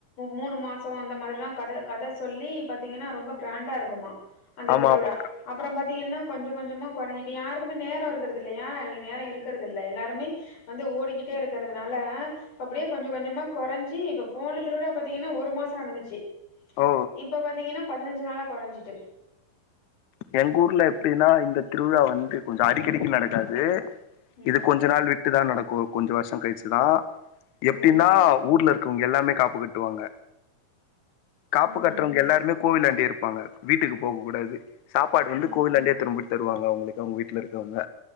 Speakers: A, on the left; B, on the left.
A: மூணு மாசோ அந்த மாரில்லா கத கத சொல்லி பாத்தீங்கன்னா ரொம்ப கிராண்டா இருக்குமா அந்த
B: ஆமா
A: திருவிழா
B: ஆமாக்கா
A: அப்பறம் பாத்தீங்கன்னா கொஞ்சோ கொஞ்சமா குறையி இப்ப யாருக்குமே நேர இருக்கிறது இல்லையா நேர இருக்குறது இல்ல எல்லாருமே வந்து ஓடிக்கிட்டே இருக்கறதுனால ப்ப அப்டியே கொஞ்சோ கொஞ்சமா குறஞ்சு இப்ப போன திருவிழா பாத்தீங்கன்னா ஒரு மாசம் நடந்துச்சு
B: ஓ
A: இப்ப பாத்தீங்கன்னா பதினஞ்சு நாளா குறஞ்சிட்டு
B: எங்க ஊர்ல எப்டினா இந்த திருவிழா வந்து கொஞ்சோ அடிக்கடிக்கு நடக்காது
A: ம்
B: இது கொஞ்ச நாள் விட் ட்டு தா நடக்கும் கொஞ்ச வருஷ கழிச்சுதா எப்டினா
A: ம்
B: ஊர்ல இருக்கவங்க எல்லாமே காப்பு கட்டுவாங்க காப்பு
A: ம்
B: கட்டுறவங்க எல்லாருமே கோவிலாண்டேயே இருப்பங்க வீட்டுக்கு போக கூடாது சாப்பாடு வந்து
A: ம்
B: கோவிலாண்டே திரும்ப தருவாங்க அவுங்களுக்கு அவுங்க வீட்ல இருக்கவங்க